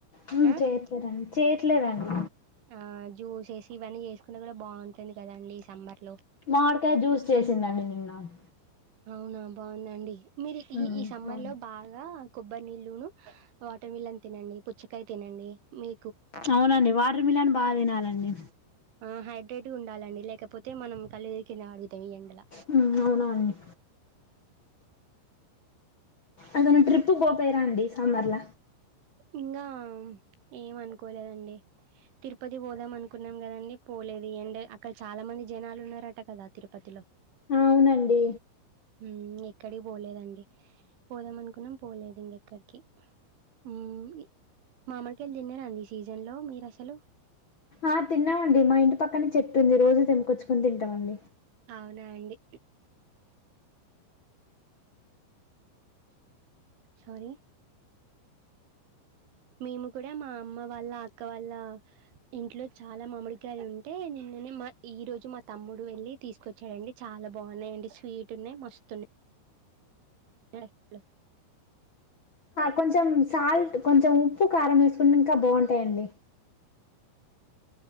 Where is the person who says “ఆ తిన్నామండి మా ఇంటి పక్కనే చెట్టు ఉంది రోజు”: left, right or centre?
Left